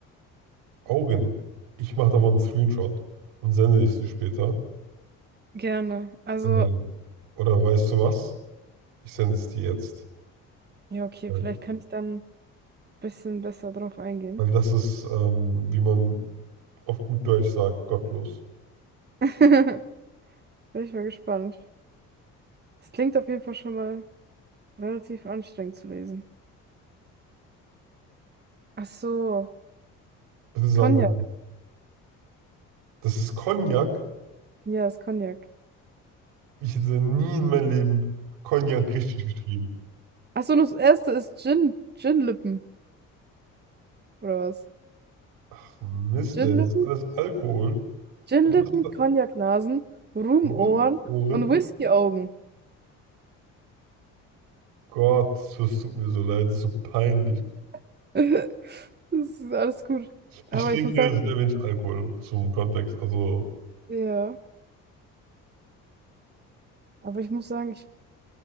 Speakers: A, on the right; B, on the right.
A: Augen. Ich mache davon einen Screenshot und sende es dir später.
B: Gerne. Also,
A: Äh, oder weißt du was? Ich sende es dir jetzt.
B: ja, okay,
A: Äh,
B: vielleicht kann ich dann. bisschen besser drauf eingehen.
A: Weil das ist, ähm, wie man auf gut Deutsch sagt, gottlos.
B: <laughs> Bin ich mal gespannt. Es klingt auf jeden Fall schon mal relativ anstrengend zu lesen. Ach so,
A: Bitte sag
B: Cognac.
A: mir, das ist Cognac.
B: Ja, ist Cognac.
A: Ich hätte nie in meinem Leben Cognac richtig geschrieben.
B: Ach so, und das erste ist Gin. Gin-Lippen, oder was?
A: Ach, Mist,
B: Gin-Lippen,
A: ey, das ist alles Alkohol.
B: Gin-Lippen,
A: Und was da
B: Cognac-Nasen, Rumohren
A: rumporen?
B: und Whisky-Augen.
A: Gott, es tut mir so leid, das ist so peinlich.
B: <laughs> Das ist alles gut. Aber
A: Ich trinke
B: ich muss sagen,
A: sehr wenig Alkohol zum Kontext. Also,
B: ja, aber ich muss sagen, ich